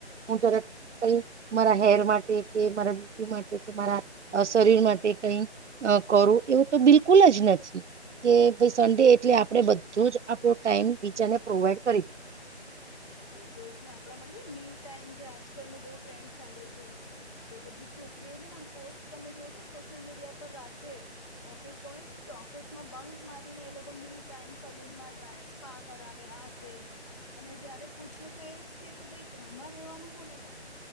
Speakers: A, on the right; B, on the left.
A: હું જરા ક મારા હેર માટે કે મારા બ્યુટી માટે કે મારા શરીર માટે કઈ કરો એવું તો બિલકુલ જ નથી કે ભઈ સન્ડે એટલે આપણે બધું જ આપણો ટાઈમ બીજાને પ્રોવાઈડ કરી દે.
B: એ તો છે આપણા માટે મી ટાઈમ છે આજકાલ નો બોહ ટ્રેન્ડ ચાલે છે. કે બધી છોકરીઓ છે ને આમ પોસ્ટ તમે જોજો સોશિયલ મીડિયા પર રાખે ઓફિસ ગોઈંગ. ઓફિસમાં બંક મારીને એ લોકો મી ટાઈમ સલૂનમાં જાય સ્પા કરાવે આ તે. અને જયારે પૂછીએ તો એજ કે કે ભાઈ ઘરમાં રહેવાનું કોને ગમે.